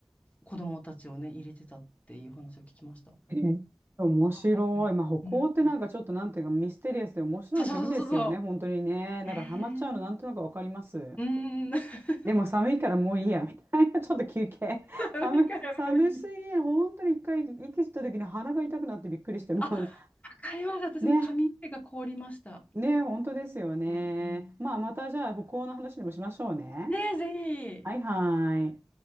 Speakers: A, on the left; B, on the right.
A: 子供たちをね、入れてたっていう話を聞きました。
B: えー面白い。
A: あ韓国でも。
B: まあ、北欧ってなんかちょっとなんていうかミステリアスで面白い国ですよね。
A: うん。そうそうそうそうそ
B: 本当にね。だからハマっちゃうのなんとなくわかります。
A: う。へえ。うん。<laughs>
B: でも寒いからもういいや、みたいな、<laughs> ちょっと休憩。
A: それからもういい。
B: 寒、寒すぎる。本当に一回息吸った時に鼻が痛くなってびっくりして、もう
A: あ、わかりました。私も髪の毛が凍りました。
B: <laughs> ね、ね、本当ですよね。
A: うんうん。
B: まあ、またじゃあ、北欧の話でもしましょうね。
A: ねえ、ぜひ。
B: はいはい。